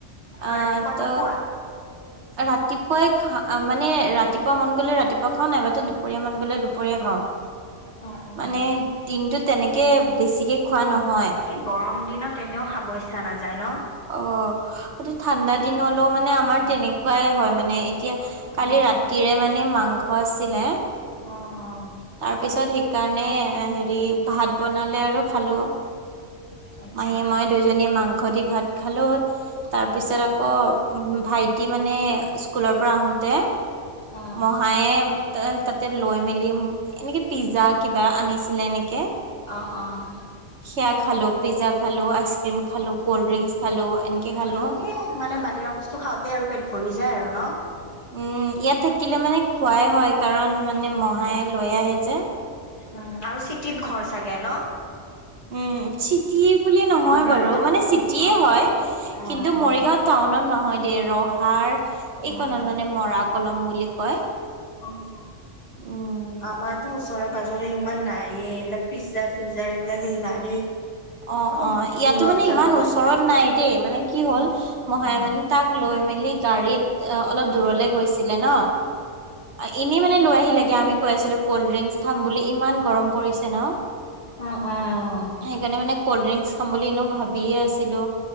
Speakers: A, on the right (about 65°); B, on the left (about 30°).
A: আহ
B: ৰাতিপুৱা
A: ত
B: নোখোৱা?
A: ৰাতিপুৱাই খা, মানে, ৰাতিপুৱা মন গলে ৰাতিপুৱা খাওঁ, নাইবাতো দুপৰীয়া মন গলে দুপৰীয়া খাওঁ।
B: অ
A: মানে
B: অ
A: দিনটো তেনেকে বেছিকে খোৱা নহয়
B: এই গৰম দিনত এনেও খাব ইচ্ছা নাযায়। ন?
A: অ, এইটো ঠাণ্ডা দিন হ'লেও মানে মানে আমাৰ
B: উম।
A: তেনেকুৱাই হয় মানে এতিয়া
B: উম,
A: কালি ৰাতিৰে মানে মাংস আছিলে
B: অঁ, অঁ।
A: তাৰ পিছত সেইকাৰণে হেৰি ভাত বনালে আৰু খালো।
B: আচ্ছা,
A: মাহীয়ে মই দুইজনীয়ে মাংস দি ভাত খালো তাৰ
B: অ',
A: পিছত আকৌ ভাইটি মানে স্কুলৰ পৰা আহোতে
B: অ',
A: মহায়ে তাতে লৈ মেলি লৈ এনেকে পিজ্জা কিবা আনিছিলে এনেকে।
B: অঁ অঁ
A: সেয়া খালো পিজ্জা খালো আইচক্ৰীম খালো ক'ল্ড ড্ৰিংকচ খালো এনেকে খালো
B: এনেকে মানে বাহিৰা বস্তু খাওঁতে আৰু পেট ভৰি যায় আৰু ন!
A: উম, ইয়াত থাকিলে মানে খোৱাই হয় কাৰণ মানে
B: উম,
A: মহাই লৈ আহে যে।
B: উম, আৰু চিটিত ঘৰ চাগে ন?
A: উম, চি চিটি বুলি নহয়
B: মানে
A: বাৰু
B: এটা
A: মানে চিটিয়ে
B: অ',
A: হয়
B: অ',
A: কিন্তু মৰিগাঁও টাউনত নহয়। এ ৰহাৰ এইকণত
B: অ'।
A: মানে মৰা কলং বুলি কয়।
B: অ',
A: উম
B: আমাৰতো ওচৰে পাজৰে ইমান নাইয়ে এইবিলাক পিজ্জা চিজ্জা এইবিলাক সেই নাইয়ে।
A: অ',
B: অলপ
A: অ', ইয়াতো
B: দূৰত
A: মানে
B: যাব
A: ইমান
B: লাগে।
A: ওচৰত নাই দেই মানে কি
B: উম,
A: হ'ল মহাই
B: অ',
A: মানে তাক লৈ লৈ মেলি গাড়ীত অ', অলপ দূৰলৈ গৈছিলে ন, অ' এনেই মানে লৈ আহিলে আমি কৈ আছিলো। কল্ড ড্ৰিংকচ খাম বুলি ইমান গৰম পৰিছে ন!
B: অ', অ', অ'।
A: সেইকাৰণে মানে কল্ড ড্ৰিংকচ খাম বুলি এনেয়েও ভাবিয়ে আছিলো।